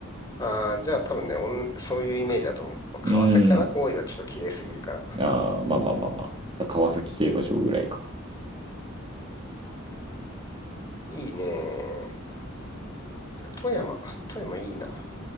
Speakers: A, on the left; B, on the right.
A: ああ、じゃあ多分ね、おん、そういうイメージだと思う。まあ川崎かな大井はちょっと綺麗すぎるから。
B: うん、ああ、まあまあまあまあ、川崎競馬場ぐらいか。
A: いいね。富山。富山いいな。